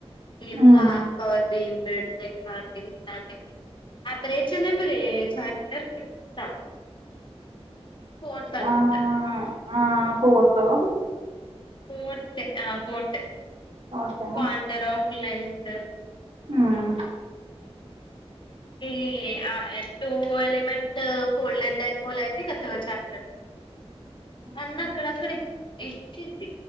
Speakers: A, on the left; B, on the right.
A: ఈస్
B: హ్మ్
A: పాస్వర్డ్ భీ బెడ్ ఇట్లాంటివి యండ్ ఆఫ్టర్ ఎక్సైస్ నెంబర్ పె చాప్టర్ క్రీప్త ఫోర్తన్త్
B: ఆ
A: ఉహ్
B: ఆ ఫోర్తో
A: ఫోర్త్ యే ఆహ్ ఫోర్తే
B: ఫోర్తేనా
A: క్వాంటరా ఆఫ్ లెన్త్
B: ఉమ్మ్
A: ఈ టూ ఎలిమెంట్ ఫోల్డర్ డైపోల అయితే ఇగ థర్డ్ చాప్టర్ అన్నీ అక్కడక్కడి ఇచ్చింది.